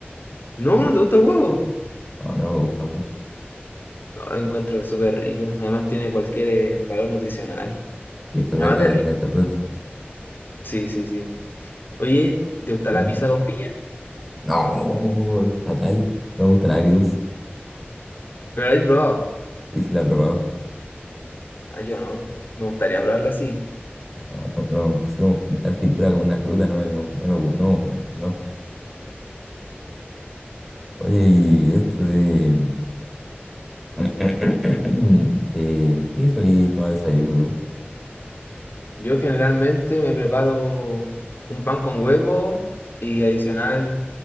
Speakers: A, on the left; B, in the centre.
A: No, ¿no te gusta el huevo?
B: No, no me gusta mucho.
A: No, encuentro que es súper rico. Además tiene cualquier eh, valor nutricional.
B: Y eso es
A: Además
B: verdad
A: de
B: que
A: rico.
B: tiene hasta prote.
A: Sí, sí, sí. Oye, ¿te gusta
B: ¿Mm?
A: la pizza con piña?
B: No, es fatal. No me gusta nada agridulce.
A: Pero la he probado.
B: Y si la he probado.
A: Ah, yo no. Me gustaría probarla así.
B: No, no, sí, como juntar fritura con una fruta, no, me lo- no, lo- no, no. Oye, y esto de... <clears throat> eh, ¿qué solí tomar desayuno tú?
A: Yo generalmente me preparo un pan con huevo y adicional